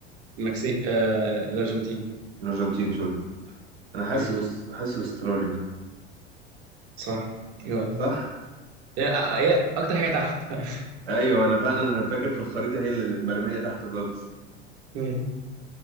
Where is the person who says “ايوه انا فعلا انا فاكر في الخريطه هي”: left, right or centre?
Right